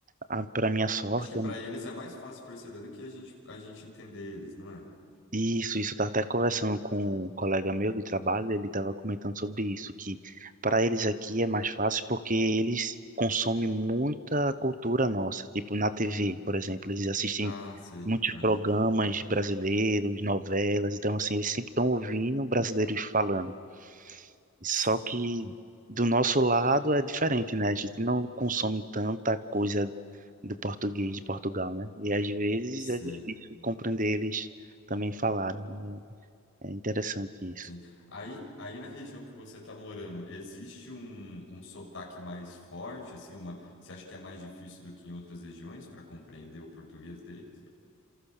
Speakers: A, on the right; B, on the left.
A: a para minha sorte,
B: Acho que para
A: eu-
B: eles é mais fácil perceber do que a gente, a gente entender eles, não é?
A: isso, isso eu tava até conversando com um colega meu de trabalho, ele tava comentando sobre isso, que para eles aqui é mais fácil porque eles consomem muita cultura nossa, tipo na TV, por exemplo, eles assistem
B: Ah, sei.
A: muitos
B: Aham.
A: programas brasileiros, novelas, então assim, eles sempre estão ouvindo brasileiros falando.
B: Sei.
A: Só que do nosso lado é diferente, né? A gente não consome tanta coisa do português de Portugal, né? E às vezes
B: Sei.
A: é difícil compreender eles também falarem, né? É interessante isso.
B: Tem. Aí, aí na região que você está morando, existe um, um sotaque mais forte, assim, uma, você acha que é mais difícil do que em outras regiões para compreender o português deles?